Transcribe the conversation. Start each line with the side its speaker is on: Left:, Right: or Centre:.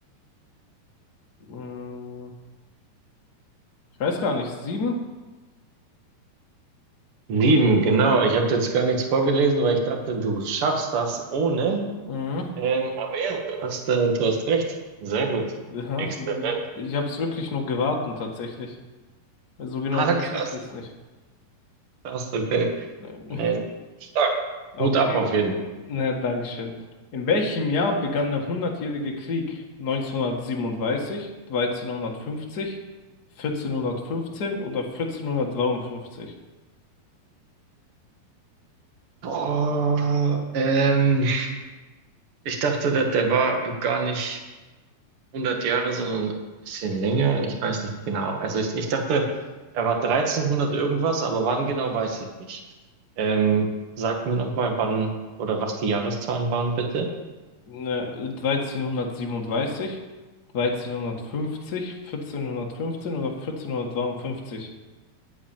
Left: Mm, Ich weiß gar nicht. Sieben?
Right: Sieben, genau. Ich habe jetzt gar nichts vorgelesen, weil ich dachte, du schaffst das ohne.
Left: Mhm.
Right: Ähm, aber ja, du hast, äh, du hast recht. Sehr gut.
Left: Ja,
Right: Exzellent.
Left: ich habe es wirklich nur geraten, tatsächlich. So genau
Right: Ah,
Left: wusste
Right: krass.
Left: ich es
Right: Krass, okay.
Left: nicht.
Right: Nee, stark.
Left: Okay,
Right: Hut ab auf jeden Fall.
Left: na, Dankeschön. In welchem Jahr begann der Hundertjährige Krieg? Neunzehnhundertsiebenunddreißig, dreizehnhundertfünfzig, vierzehnhundertfünfzehn oder 1453?
Right: Boah, ähm, ich dachte, der, der war gar nicht 100 Jahre, sondern ein bisschen länger. Ich weiß nicht genau. Also ich, ich dachte, er war 1300 irgendwas, aber wann genau, weiß ich nicht. Ähm, sag mir nochmal, wann oder was die Jahreszahlen waren, bitte.
Left: Ne dreizehnhundertsiebenunddreißig, dreizehnhundertfünfzig, vierzehnhundertfünfzehn oder 1453?